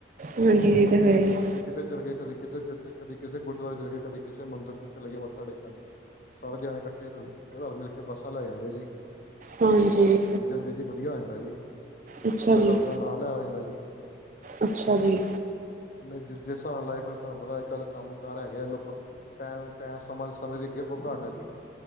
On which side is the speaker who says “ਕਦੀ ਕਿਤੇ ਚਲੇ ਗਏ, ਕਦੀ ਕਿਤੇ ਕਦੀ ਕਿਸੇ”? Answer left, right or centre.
Left